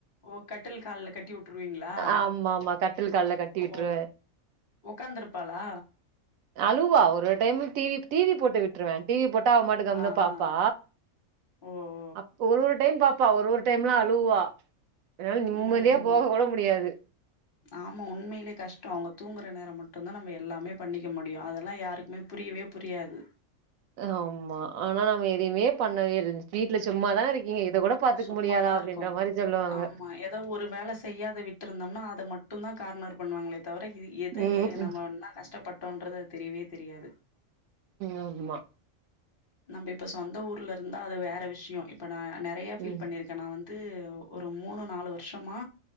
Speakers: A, on the left; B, on the right.
A: ஓ கட்டில் கால்ல கட்டி விட்டுருவீங்களா
B: ஆமா ஆமா கட்டில் கால்ல கட்டி
A: ஓ
B: விட்ருவே
A: உகாந்துருப்பாலா
B: அழுவா ஒரு டைம் டிவி டிவி போட்டு விட்டுருவேன் டிவி போட்டு அவப்பாட்டுக்கு கம்முனு
A: ஆ
B: பாப்பா
A: ஆ ஓ ஓ
B: அப்ப ஒரு ஒரு டைம் பாப்பா ஒரு ஒரு டைம்ல அழுவா அதனால நிம்மதியா
A: ம்
B: போக கூட முடியாது
A: ஆமா உண்மையிலே கஷ்டம் அவங்க தூங்கற நேரம் மட்டும்தான் நம்ம எல்லாமே பண்ணிக்க முடியும் அதெல்லாம் யா க்குமே புரியவே புரியாது
B: ஆமா ஆனா நாம எதையுமே பண்ணவேல் வீட்ல சும்மாதான இருக்கீங்க இத கூட பாத்துக்க
A: சும்மாதா
B: முடியாதா அப்டின்ற
A: இருக்கோ
B: மாரி சொல்லுவாங்க
A: ஆமா எதோ ஒரு வேலை செய்யாத வி ட்ருந்தோம்னா அத மட்டுந்தா கார்னர் பண்ணுவாங்ளே தவர இ எது
B: ம் ம்
A: நம்ம ஒன்னா கஷ்டப்பட்டோன்றது தெரியவே தெரியாது
B: ஆமா
A: நம்ம இப்ப சொந்த ஊர்ல இருந்தா அது வேற விஷ்யோ இப்ப நா நெறைய ஃபீல்
B: ம்
A: பண்ணிருக்கே நா வந்து ஒரு மூணு நாலு வர்ஷமா